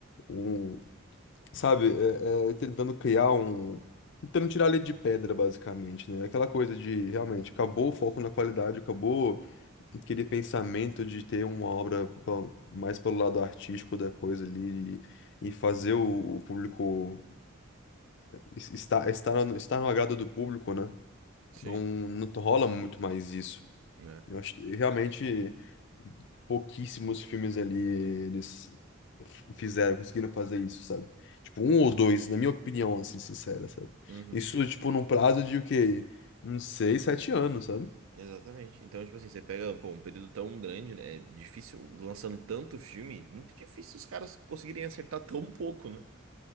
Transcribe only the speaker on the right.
Sim,
né?
Uhum.
Exatamente. Então, tipo assim, você pega, pô, um período tão grande, né? É difícil, lançando tanto filme, muito difícil os caras conseguirem acertar tão pouco, né?